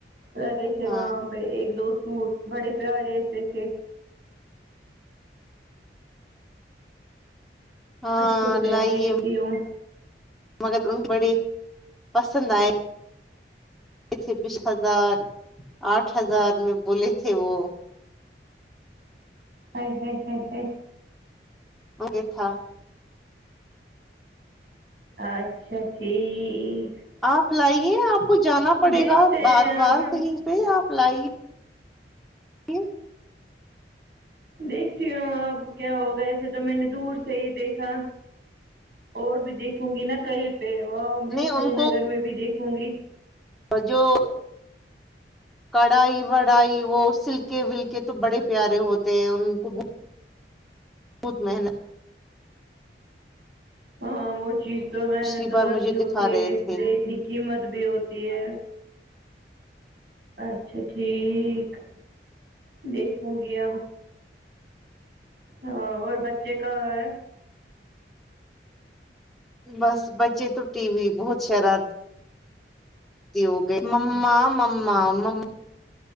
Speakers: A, on the right (about 65°); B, in the centre.
A: لگے تھے
B: ہاں
A: وہاں پہ ایک دو سوٹ بڑے پیارے سے تھے
B: ہاں
A: اچھے سے
B: لائیے
A: دیکھتی ہوں
B: مگر ان بڑے پسند آئے تھے چھبیس ہزار آٹھ ہزار میں بولے تھے وہ
A: ہے ہے ہے ہے
B: وہ یہ تھا
A: اچھا ٹھیک
B: آپ لائیے آپ کو جانا پڑے
A: دیکھتے
B: گا
A: ہیں
B: بار بار
A: اب
B: کہیں پہ آپ لائیے جی
A: دیکھتی ہوں اب کیا ہوگا اچھا تو میں نے دور سے ہی دیکھا اور بھی دیکھوں گی نا کا پ وہاں بھی
B: نہیں ان
A: سری نگر میں بھی دیکھوں گی
B: اور جو کڑھائی وڑائی وہ سلکے ولکے تو بڑے پیارے ہوتے ہیں ان کو بہت محنت
A: ہاں وہ چیز تو محنت
B: پچھلی
A: تو
B: بار
A: لگی
B: مجھے
A: ہوتی
B: دکھا رہے
A: ہے اس
B: تھے
A: لیے اتنی قیمت بھی ہوتی ہے اچھا ٹھیک دیکھوں گی اب ہاں اور بچے کہاں ہے
B: بس بچے تو ٹی وی بہت شرار تی ہو گئے مما مما مما